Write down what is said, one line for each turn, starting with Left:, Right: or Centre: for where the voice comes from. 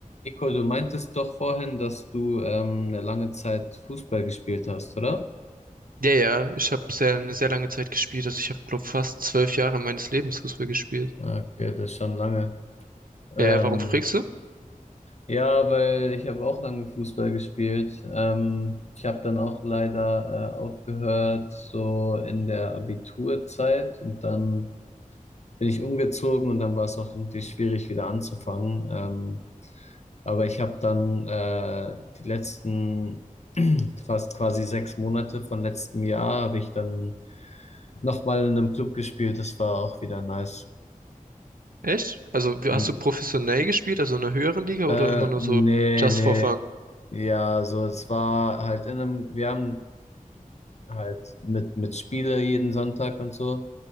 Left: Nico, du meintest doch vorhin, dass du ähm, eine lange Zeit Fußball gespielt hast, oder?
Right: Ja, ja, ich habe sehr, eine sehr lange Zeit gespielt. Also ich habe, glaube fast zwölf Jahre meines Lebens Fußball gespielt.
Left: Okay, das ist schon lange. Ähm,
Right: Ja, ja, warum fragst du?
Left: ja, weil ich habe auch lange Fußball gespielt. Ähm, ich habe dann auch leider äh, aufgehört, so in der Abiturzeit und dann bin ich umgezogen und dann war es auch irgendwie schwierig, wieder anzufangen. Ähm, Aber ich habe dann äh, die letzten <clears throat> fast quasi sechs Monate von letztem Jahr habe ich dann nochmal in einem Club gespielt. Das war auch wieder nice.
Right: Echt? Also wie-
Left: Hm.
Right: hast du professionell gespielt, also in einer höheren Liga
Left: Äh,
Right: oder immer nur
Left: nee,
Right: so just
Left: nee.
Right: for fun?
Left: Ja, so es war halt in einem, wir haben halt mit, mit Spiele jeden Sonntag und so.